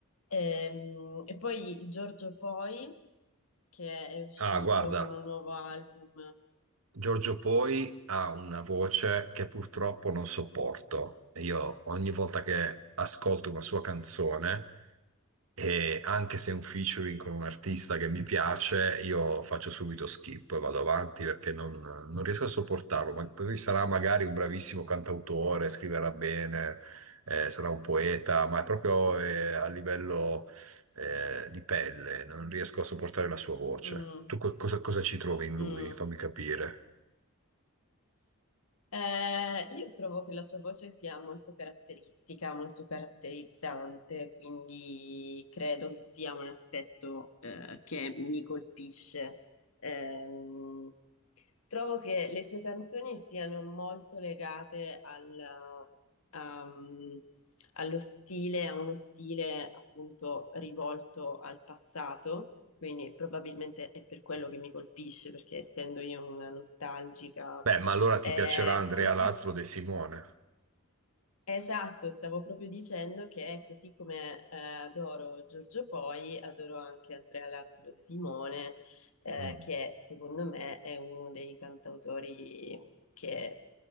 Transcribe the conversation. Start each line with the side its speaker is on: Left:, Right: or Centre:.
Left: Ehm, E, poi Giorgio Poi, che è uscito
Right: Ah, guarda,
Left: con un nuovo album.
Right: Giorgio Poi ha una voce che purtroppo non sopporto. E Io ogni volta che ascolto una sua canzone e anche se è un featuring con un artista che mi piace, io faccio subito skip e vado avanti perché non, non riesco a sopportarlo. Ma poi sarà magari un bravissimo cantautore, scriverà bene, eh, sarà un poeta, ma è proprio eh, a livello eh, di pelle, non riesco a sopportare la sua voce.
Left: Mm,
Right: Tu co- cosa, cosa ci trovi in lui?
Left: mm.
Right: Fammi capire.
Left: Eh, io trovo che la sua voce sia molto caratteristica, molto caratterizzante, quindi credo che sia un aspetto eh, che mi colpisce. Ehm, Trovo che le sue canzoni siano molto legate al, um, allo stile, a uno stile appunto rivolto al passato, quindi probabilmente è per quello che mi colpisce, perché essendo io una nostalgica,
Right: Beh, ma allora ti
Left: eh,
Right: piacerà Andrea
Left: così
Right: Lazzaro De Simone?
Left: Esatto, stavo proprio dicendo che così come eh, adoro Giorgio Poi, adoro anche Andrea Lazzaro De Simone, eh,
Right: Mm.
Left: che secondo me è uno dei cantautori che-